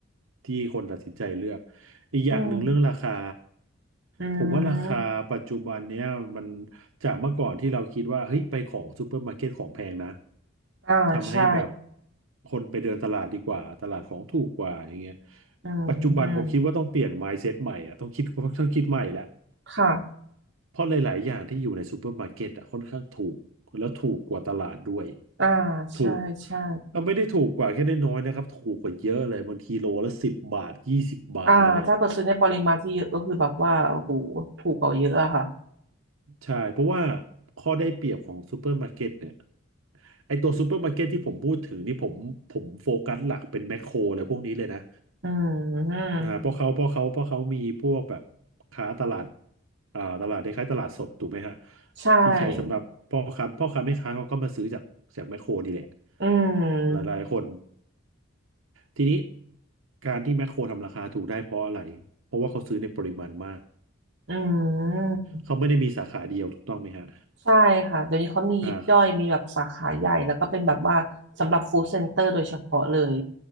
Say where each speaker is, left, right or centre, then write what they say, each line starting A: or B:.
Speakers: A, on the right; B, on the right.
A: ที่คนตัดสินใจเลือกอีกอย่างหนึ่งเรื่องราคา
B: อืมอื
A: ผมว่าราคาปัจจุบันเนี้ยมัน
B: ม
A: จากเมื่อก่อนที่เราคิดว่าเฮ้ยไปของซูเปอร์มาร์เก็ตของแพงนะ
B: อ่าใช่
A: ทำให้แบบคนไปเดินตลาดดีกว่าตลาดของถูกกว่าอย่างเงี้ย
B: อื
A: ปัจจุบันผมคิดว่าต้องเปลี่ยน
B: ม
A: mindset ใหม่อะต้องคิดต้องคิดใหม่แล้ว
B: ค่ะ
A: เพราะหลายๆอย่างที่อยู่ในซูเปอร์มาร์เก็ตอะค่อนข้างถูกแล้วถูกกว่าตลาดด้วย
B: อ่า
A: ถูก
B: ใช่ใช่
A: ก็ไม่ได้ถูกกว่าแค่ได้น้อยนะครับถูกกว่าเยอะเลยบางทีโลละสิบบาทยี่สิบบาทเลยอะ
B: อ่าถ้าเปิดซื้อในปริมาณที่เยอะก็คือแบบว่าโอ้โหถูกกว่าเยอะอะค่ะ
A: ใช่เพราะว่าข้อได้เปรียบของซูเปอร์มาร์เก็ตเนี่ยไอตัวซูเปอร์มาร์เก็ตที่ผมพูดถึงนี่ผมผมโฟกัสหลักเป็นแมคโครอะไรพวกนี้เลยนะ
B: อืม
A: อ่าเพราะเขาเพราะเขาเพราะเขามีพวกแบบค้าตลาดอ่าตลาดคล้ายๆตลาดสดถูกไหมฮะ
B: ใช่
A: ที่ใช้สำหรับพ่อค้าพ่อค้าแม่ค้าเขาก็มาซื้อจากจากแมคโครดีแหละ
B: อืม
A: หลายๆคนทีนี้การที่แมคโครทำราคาถูกได้เพราะอะไรเพราะว่าเขาซื้อในปริมาณมาก
B: อืม
A: เขาไม่ได้มีสาขาเดียวถูกต้องไหมฮะ
B: ใช่ค่ะเดี๋ยวนี้เขามียิบย่อยมีแบบสาขาใหญ่แล้วก็เป็นแบบว่าสำหรับฟู้ดเซ็นเตอร์โดยเฉพาะเลย
A: อ่า